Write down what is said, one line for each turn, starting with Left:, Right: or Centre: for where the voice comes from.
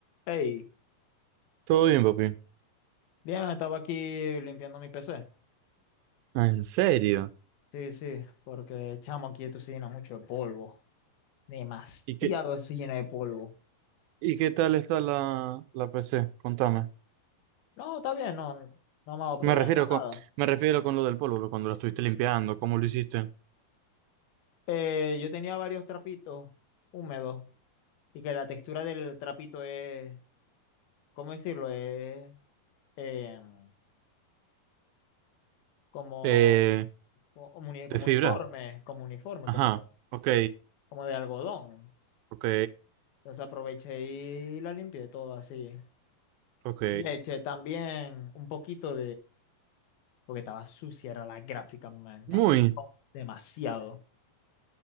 Left: Hey,
Right: Todo bien, papi.
Left: bien, estaba aquí limpiando mi PC.
Right: Ah, ¿En serio?
Left: Sí, sí, porque chamo aquí esto se llena mucho de polvo. Demasiado
Right: ¿Y qué,
Left: se llena de polvo.
Right: y qué tal está la, la PC? Contame.
Left: No, está bien, no, no no me ha dado problema,
Right: Me refiero
Left: nada.
Right: con, me refiero con lo del polvo, que cuando la estuviste limpiando, ¿cómo lo hiciste?
Left: Eh, yo tenía varios trapitos húmedos y que la textura del trapito es, ¿cómo decirlo? Es em, como,
Right: Eh,
Left: como, uni-
Right: ¿de
Left: como
Right: fibra?
Left: uniforme, como uniforme,
Right: Ajá.
Left: como,
Right: Ok,
Left: como de algodón.
Right: ok,
Left: Entonces aproveché y la limpié todo así.
Right: ok.
Left: Leche también, un poquito porque estaba sucia, era la gráfica, man, también.
Right: Muy.
Left: No, Demasiado.